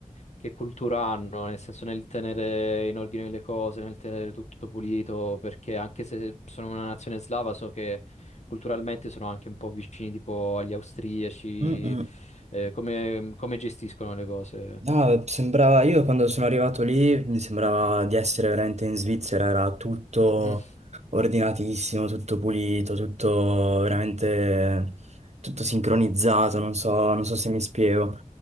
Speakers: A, on the left (about 55°); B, on the right (about 55°).
A: che cultura hanno, nel senso nel tenere in ordine le cose, nel tenere tutto pulito, perché anche se sono una nazione slava, so che culturalmente sono anche un po' vicini tipo agli austriaci,
B: Mm, mm.
A: eh, come, come gestiscono le cose?
B: No, sembrava, io quando sono arrivato lì mi sembrava di essere veramente in Svizzera, era tutto
A: Mm,
B: ordinatissimo, tutto pulito, tutto veramente, tutto sincronizzato, non so, non so se mi spiego.